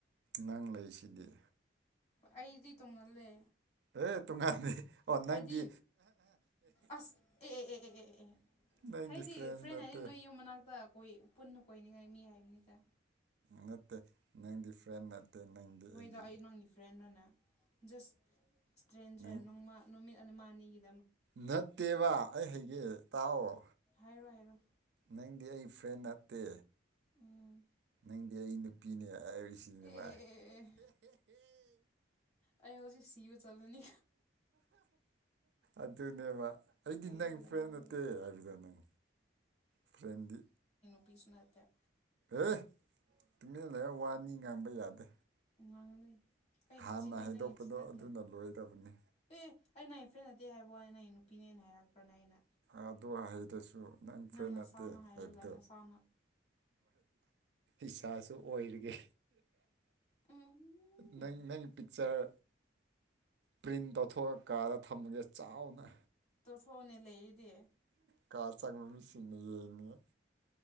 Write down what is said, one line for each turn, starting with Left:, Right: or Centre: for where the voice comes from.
Right: ꯅꯪ ꯂꯩꯁꯤꯗꯤ
Left: ꯑꯩꯗꯤ ꯇꯣꯡꯉꯥꯜꯂꯦ
Right: ꯑꯦ ꯇꯣꯉꯥꯟꯗꯦ ꯑꯣꯟ
Left: ꯍꯥꯏꯗꯤ
Right: ꯅꯪꯗꯤ
Left: ꯑꯁ ꯑꯦ ꯑꯦ ꯑꯦ ꯑꯦ ꯑꯦ ꯑꯦ ꯑꯦ
Right: ꯅꯪꯗꯤ
Left: ꯍꯥꯏꯗꯤ
Right: ꯐ꯭ꯔꯦꯟꯁ
Left: ꯐ꯭ꯔꯦꯟ
Right: ꯅꯠꯇꯦ
Left: ꯍꯥꯏꯗꯤ ꯅꯣꯏ ꯌꯨꯝ ꯃꯅꯥꯛꯇ ꯀꯣꯏ ꯄꯨꯟꯅ ꯀꯣꯏꯅꯤꯡꯉꯥꯏ ꯃꯤ ꯍꯥꯏꯕꯅꯤꯗ
Right: ꯅꯠꯇꯦ ꯅꯪꯗꯤ ꯐ꯭ꯔꯦꯟ ꯅꯠꯇꯦ ꯅꯪꯗꯤ
Left: ꯍꯣꯏꯗ
Right: ꯑꯩꯒꯤ
Left: ꯑꯩ ꯅꯪꯒꯤ ꯐ꯭ꯔꯦꯟꯔꯅꯦ ꯖꯁ ꯏꯁꯇ꯭ꯔꯦꯟꯖꯔ
Right: ꯅꯪ
Left: ꯅꯣꯡꯃ ꯅꯨꯃꯤꯠ ꯃꯅꯤꯒꯤ
Right: ꯅꯠꯇꯦꯕ ꯑꯩ ꯍꯩꯒꯦ ꯇꯥꯎꯑꯣ
Left: ꯍꯥꯏꯔꯣ ꯍꯥꯏꯔꯣ
Right: ꯅꯪꯗꯤ ꯑꯩ ꯐ꯭ꯔꯦꯟ ꯅꯠꯇꯦ
Left: ꯎꯝ
Right: ꯅꯪꯗꯤ ꯑꯩ ꯅꯨꯄꯤꯅꯦ ꯑꯥꯏ ꯁꯤꯅꯤꯃꯥ
Left: ꯑꯦ ꯑꯦ
Right: ꯑꯗꯨ
Left: ꯑꯦ ꯑꯦ ꯑꯦ ꯑꯩ ꯍꯧꯖꯤꯛ ꯁꯤꯕ ꯆꯠꯂꯅꯤ
Right: ꯑꯗꯨꯅꯦꯕ ꯑꯩꯗꯤ
Left: ꯂꯩꯔꯦ
Right: ꯅꯪ
Left: ꯂꯩꯔꯦ
Right: ꯐ꯭ꯔꯦꯟ ꯅꯠꯇꯦ
Left: ꯂꯩꯔꯦ
Right: ꯍꯥꯏꯕꯗ ꯅꯪ ꯐ꯭ꯔꯦꯟꯗꯤ
Left: ꯄꯤꯁꯨꯅꯠꯇꯦ
Right: ꯑꯦ ꯇꯨꯡꯃꯤꯟꯅ ꯂꯩꯌꯣ ꯋꯥꯅꯤ ꯉꯥꯡꯕ ꯌꯥꯗꯦ
Left: ꯉꯥꯡꯂꯤ ꯑꯩꯒꯤ
Right: ꯍꯥꯟꯅ
Left: ꯆꯤꯟꯅꯤ
Right: ꯍꯥꯏꯗꯣꯛꯄꯗꯣ
Left: ꯅꯪꯒꯤ ꯆꯤꯟ ꯅꯠꯇꯦ
Right: ꯑꯗꯨꯅ ꯂꯣꯏꯗꯕꯅꯤ
Left: ꯑꯦ ꯑꯩ ꯅꯪꯒꯤ ꯐ꯭ꯔꯦꯟ ꯅꯠꯇꯦ ꯍꯥꯏꯕ ꯋꯥꯅꯦ ꯅꯪꯒꯤ ꯅꯨꯄꯤꯅꯦꯅ ꯍꯥꯏꯔꯛꯄ꯭ꯔꯅꯦ ꯑꯩꯅ
Right: ꯑꯗꯣ ꯍꯩꯇ꯭ꯔꯁꯨ ꯅꯪ ꯐ꯭ꯔꯦꯟ
Left: ꯅꯁꯥꯅ
Right: ꯅꯠꯇꯦ
Left: ꯍꯥꯏꯔꯒ
Right: ꯍꯥꯏꯕꯗꯣ
Left: ꯅꯁꯥꯅ
Right: ꯏꯁꯥꯁꯨ ꯑꯣꯏꯔꯤꯒꯦ
Left: ꯎꯝ
Right: ꯅꯪ ꯅꯪꯒꯤ ꯄꯤꯛꯆꯔ ꯄ꯭ꯔꯤꯟ ꯇꯧꯊꯣꯛꯑ ꯀꯥꯗ ꯊꯝꯃꯒꯦ ꯆꯥꯎꯅ
Left: ꯇꯣꯊꯣꯛꯑꯣꯅꯦ ꯂꯩꯔꯤꯗꯤ
Right: ꯀ ꯆꯪꯕꯗ ꯃꯤꯁꯤꯡꯅ ꯌꯦꯡꯅꯤꯉꯥꯏ